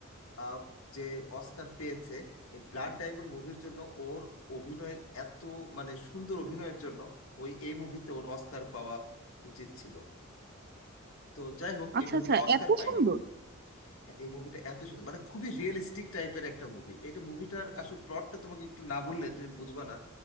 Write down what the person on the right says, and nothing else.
আচ্ছা
আচ্ছা
এত
সুন্দর